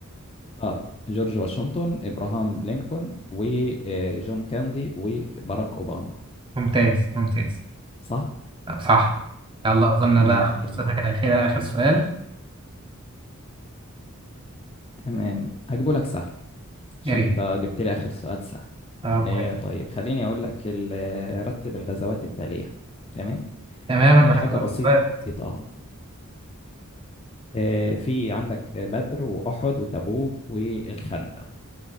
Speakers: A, on the left; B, on the right.
A: اه جورج واشنطن ابراهام لينكولن وجون كاندي وباراك اوباما
B: ممتاز ممتاز
A: صح
B: طب صح يلا أظن
A: تمام
B: بقى فرصتك
A: جميل
B: الأخيرة آخر سؤال
A: تمام هجيبه لك سهل عشان
B: يا ريت
A: انت جبت لي اخر سؤال سهل
B: طب
A: آه
B: كويس
A: طيب خليني اقول لك ال- آه، رتب الغزوات التالية تمام
B: تماما
A: آه حاجة
B: بحب
A: بسيطة اهو آه في عندك بدر واحد وتبوك والخندق